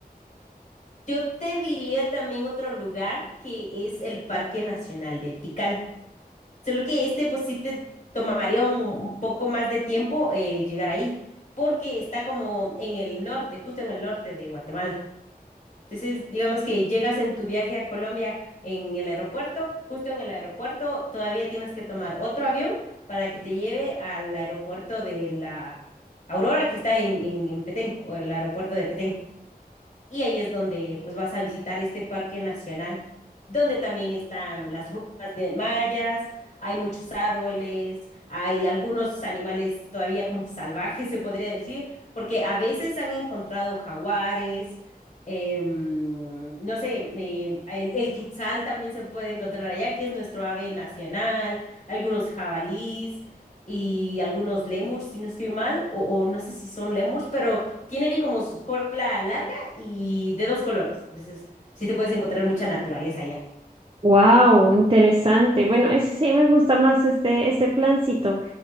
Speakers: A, on the left (about 45°); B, on the right (about 35°).
A: yo te diría también otro lugar que es el Parque Nacional de Tikal. Solo que este, pues sí te tomaría un, un poco más de tiempo eh, llegar ahí, porque está como en el norte, justo en el norte de Guatemala. Entonces, digamos que llegas en tu viaje a Colombia en el aeropuerto, justo en el aeropuerto, todavía tienes que tomar otro avión para que te lleve al aeropuerto de la Aurora que está en, en, en Petén o el aeropuerto de Petén. Y ahí es donde pues vas a visitar este parque nacional, donde también están las ruinas de mayas, hay muchos árboles, hay algunos animales todavía como salvajes, se podría decir, porque a veces han encontrado jaguares, em, no sé, em, el, el quetzal también se puede encontrar allá, que es nuestro ave nacional, algunos jabalís y algunos lémurs, si no estoy mal, o, o no sé si son lémurs, pero tienen como su cola larga y de dos colores. Entonces, sí te puedes encontrar mucha naturaleza allá.
B: Wow, interesante. Bueno, es- sí me gusta más este, este plancito,